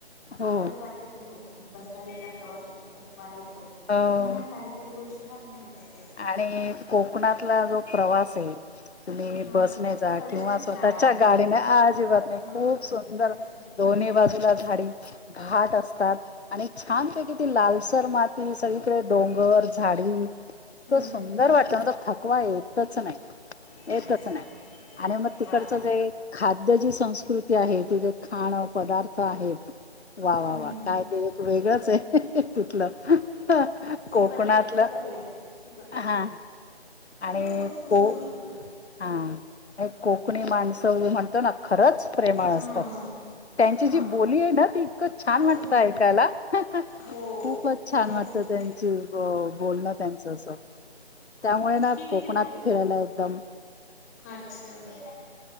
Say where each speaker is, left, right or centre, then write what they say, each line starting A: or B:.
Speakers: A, on the left; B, on the left.
A: हो
B: आपल्याला वाट बसायचा, प्रवासाचा थकवा आहे तो,
A: हो
B: पण ह्या पाटकर काही काही गोष्टी <unintelligible>
A: आणि कोकणातला जो प्रवास आहे तुम्ही
B: हा
A: बसने जा
B: तो कधीच
A: किंवा
B: थकणारा
A: स्वतःच्या
B: नसेल.
A: गाडीने, अजिबात नाही
B: हा
A: खूप सुंदर
B: कधीच नाही
A: दोन्ही बाजूला झाडी घाट असतात. आणि छानपैकी ती लालसर माती, सगळीकडे डोंगर झाडी
B: हम्म
A: इतक, सुंदर
B: हम्म
A: वातावरण थकवा येतच नाही.
B: अच्छा
A: येतच नाही आणि मग तिकडचं
B: वा
A: जे खाद्य जी संस्कृती आहे तिथे खाणं, पदार्थ आहेत वा वा
B: हम्म.
A: वा! काय. ते एक वेगळच आहे तिथलं
B: सिपरले
A: कोकणातलं
B: सिपरले सिपरले
A: हा आणि
B: नाही बोला तुम्ही
A: खूप
B: बोला बोला.
A: हा एक कोकणी माणसं म्हणतो ना खरंच प्रेमळ
B: हा
A: असतात,
B: हा
A: त्यांची
B: हा
A: जी बोली आहे ना ती इतकं छान
B: हा
A: वाटतं
B: हा हा
A: ऐकायला. हा
B: हो
A: खूपच
B: ते
A: छान
B: आहेच
A: वाटतं त्यांची बोलणं त्यांचच. त्यामुळे ना
B: कितीच्या
A: कोकणात
B: खाली
A: फिरायला एकदम
B: अच्छा!